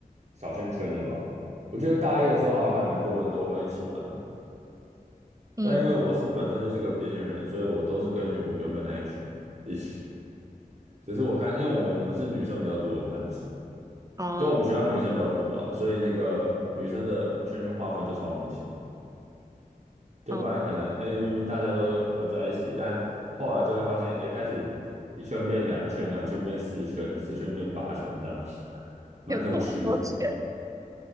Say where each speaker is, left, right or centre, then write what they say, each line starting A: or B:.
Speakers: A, on the right; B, on the right.
A: 小圈圈了吧？我记得大一的时候好像还蛮多人都会一起玩的，
B: 嗯，
A: 但因为我是本身就是个边缘人，所以我都是跟我原本那一群一起。只是我看，因为我我们是女生比较多的班级，
B: 哦
A: 就我们学校女生比较多啊，所以那个女生的圈圈划分就超明显。就本来可能，
B: 哦，
A: 哎，明明大家都玩在一起，但后来就会发现，哎，开始一圈变两圈，两圈变四圈，四圈变八圈，这样 <laughs> 蛮有趣的。
B: 有这么多钱？